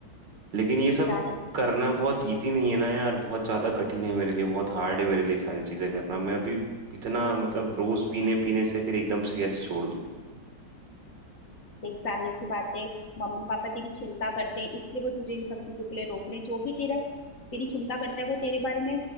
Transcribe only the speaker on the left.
जाहिर
देख जाहिर सी बात है मम्मी पापा तेरी चिंता करते हैं इसलिए वो तुझे इन सब चीजों के लिए रोक रहे हैं जो भी तेरा तेरी चिंता करता है वो तेरे बारे में